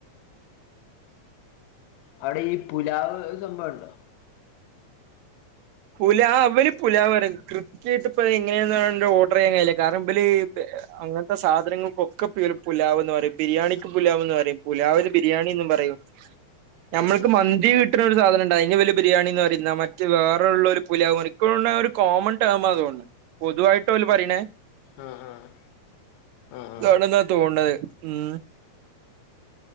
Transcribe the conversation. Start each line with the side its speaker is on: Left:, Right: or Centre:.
Left: അവിടെ ഈ പുലാവ് സംഭവുണ്ടോ
Right: പുല അവല് പുല പറിനെ ക്ര കേട്ടപ്പ അത് എങ്ങനെയ ഓർഡർ ചെയ്യാൻ കഴയില്ല കാരണം ഇബല് അങ്ങനത്തെ സാധനങ്ങൾക്കൊക്കെ പേ പുലാവ് എന്ന് പറയും ബിരിയാണിക്ക് പുലാവ്ന്ന് പറയും പുലാവ് ബിരിയാണിന്നു പറയും നമ്മക്
Left: ആഹ്
Right: മന്തി കിട്ടണ ഒരു സാധനം ഉണ്ട് അയിനാ ഇവർ ബിരിയാണി എന്ന് പറയുന്ന മറ്റ് വേറെള്ളൊരു പുലാവ് പറയും എനിക്ക് തോനുന്നു അതാരു കോമണ് ടെർമ് തോനുന്നു പൊതുവായിട്ടോല് പറയണേ
Left: ആഹ് ആഹ് ആഹ് ആഹ് ആഹ്
Right: ആണെന്ന തോന്നുണത് ഉം